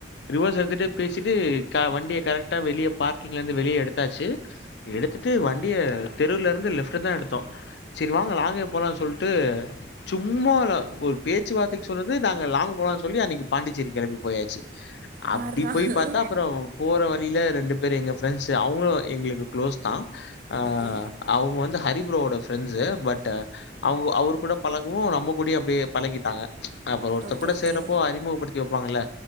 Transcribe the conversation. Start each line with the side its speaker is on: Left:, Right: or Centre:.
Left: ரிவர்ஸ் எடுத்துகிட்டே பேசி ச்சிட்டு வண்டிய கரெக்டா வெளியே பார்க்கிங்ல இருந்து வெளியே எடுத்தாச்சு எடுத்துட்டு வண் டிய தெருல இருந்து லெப்ட் தா எடுத்தோ சரி வாங்க லாங்கே போலானு சொல்லிட்டு சும்மா ஒரு பேச்சுவார்த்தைக்கு சொன்னது நாங்க லாங் போலானு சொல்லி அன்னைக்கு பாண்டிச்சேரி கிளம்பி போயாச்சு
Right: பார்றா
Left: அப்டி போய் பாத்தா அப்றோ போற வழியில ரெண்டு பேர் எங்க ஃப்ரெண்ட்ஸ் அவங்களு எங்களுக்கு கு்ளோஸ் தா அ
Right: ஓகே
Left: அவுங்க வந்து ஹரிபரோவோட ஃப்ரெண்ட்ஸ் பட் அவுங்க அவரு கூட பழகவு நம்ம கூட அப்டியே பழகிட்டாங்க அப்புறோ ஒருத்தர்
Right: ஓகே
Left: கூட
Right: ஓகே
Left: சேறப்போ அறிமுகப்படுத்தி வைப்பாங்கல்ல